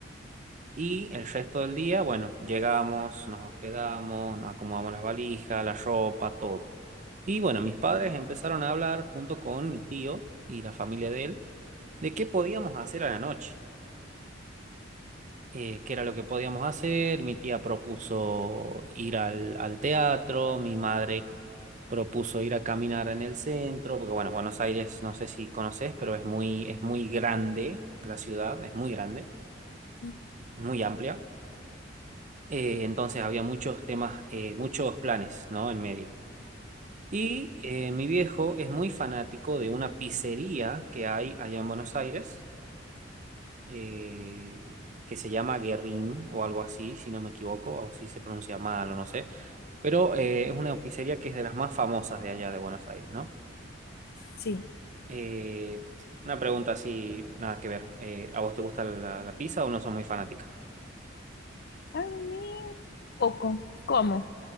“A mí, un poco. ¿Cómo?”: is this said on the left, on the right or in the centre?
Left